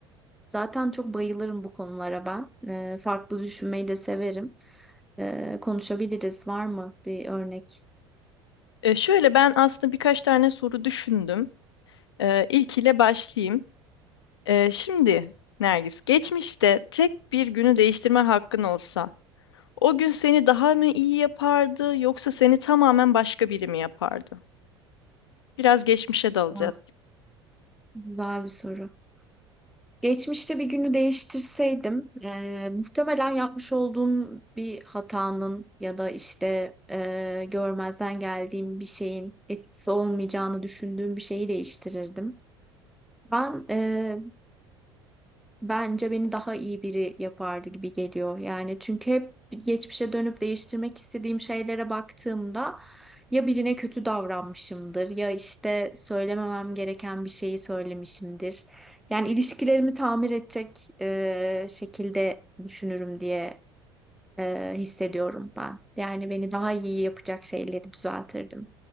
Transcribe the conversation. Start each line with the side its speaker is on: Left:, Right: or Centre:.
Centre: zaten çok bayılırım bu konulara ben. E, farklı düşünmeyi de severim. E, konuşabiliriz. Var mı bir örnek?
Left: E, şöyle ben aslında birkaç tane soru düşündüm. E, ilkiyle başlayayım. E, şimdi Nergis, geçmişte tek bir günü değiştirme hakkın olsa, o gün seni daha mı iyi yapardı, yoksa seni tamamen başka biri mi yapardı? Biraz geçmişe dalacağız.
Centre: Ha, güzel bir soru. Geçmişte bir günü değiştirseydim, e, muhtemelen yapmış olduğum bir hatanın ya da işte e, görmezden geldiğim bir şeyin etkisi olmayacağını düşündüğüm bir şeyi değiştirirdim. Ben e, bence beni daha iyi biri yapardı gibi geliyor. Yani çünkü hep geçmişe dönüp değiştirmek istediğim şeylere baktığımda ya birine kötü davranmışımdır ya işte söylememem gereken bir şeyi söylemişimdir. Yani ilişkilerimi tamir edecek e, şekilde düşünürüm diye e, hissediyorum ben. Yani beni daha iyi yapacak şeyleri düzeltirdim.